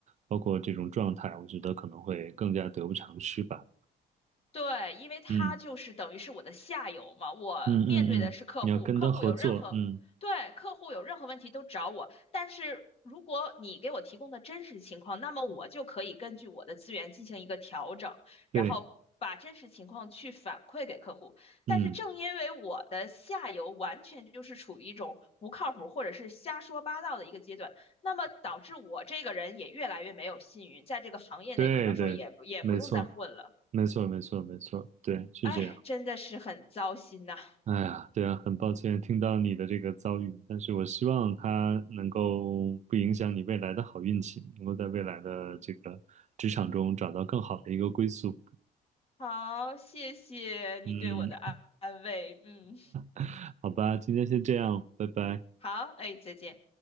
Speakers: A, on the right; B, on the left.
A: 包括这种状态，我觉得可能会更加得不偿失吧。
B: 对，因为他就是等于是我的下游嘛，
A: 嗯
B: 我面对的是客户，
A: 嗯嗯嗯，你要跟他合作，
B: 客户有任何，
A: 嗯，
B: 对，客户有任何问题都找我。但是如果你给我提供的真实情况，那么我就可以根据我的资源进行一个调整，
A: 对，
B: 然后把真实情况去反馈给客户。但是正因为我的下游完全就是处于一种不靠谱或者是瞎说八道的一个阶段，
A: 嗯，
B: 那么导致我这个人也越来越没有信誉，在这个行业内可能说也不也不用再混了。
A: 对对，没错，没错，没错，没错，对，是这样。
B: 哎呀真的是很糟心呐。
A: 哎呀，对啊，很抱歉听到你的这个遭遇，但是我希望他能够不影响你未来的好运气，能够在未来的这个职场中找到更好的一个归宿。
B: 好，谢谢你对我的安安慰。
A: 嗯，
B: 嗯，
A: <laughs> 好吧，今天先这样，拜拜。
B: 好，哎，再见。